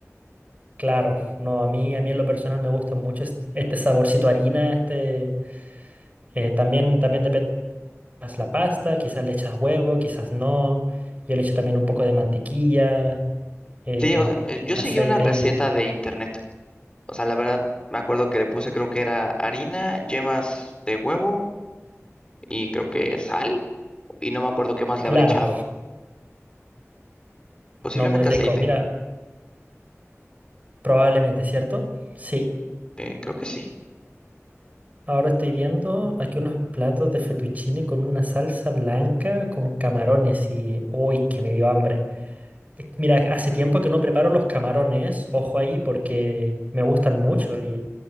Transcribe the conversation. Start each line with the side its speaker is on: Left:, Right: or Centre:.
Right: Claro, no, a mí, a mí en lo personal me gusta mucho es- este saborcito a harina, este, eh, también, también depende más la pasta, quizás le echas huevo, quizás no, yo le echo también un poco de mantequilla, eh,
Left: Sí, o sea, eh, yo
Right: aceite
Left: seguí una receta
Right: y...
Left: de internet. O sea, la verdad, me acuerdo que le puse, creo que era harina, yemas de huevo y creo que sal. Y no me acuerdo qué más le
Right: Claro,
Left: habré echado. Posiblemente
Right: no, muy rico,
Left: aceite.
Right: mira, probablemente, ¿cierto? Sí,
Left: eh, creo que sí.
Right: ahora estoy viendo aquí unos platos de fettuccine con una salsa blanca con camarones y... ¡Uy, que me dio hambre! Eh, Mira, hace tiempo que no preparo los camarones, ojo ahí, porque me gustan mucho y